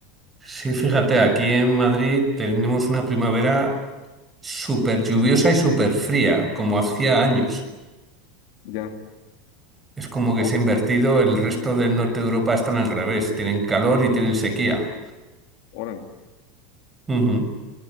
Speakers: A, on the right (about 20°); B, on the left (about 65°).
A: Sí, fíjate, aquí en Madrid tenemos una primavera súper lluviosa y súper fría, como hacía años.
B: Ya.
A: Es como que
B: Oh,
A: se ha invertido, el resto del norte de Europa están al revés, tienen calor y tienen sequía.
B: órale.
A: Ujú.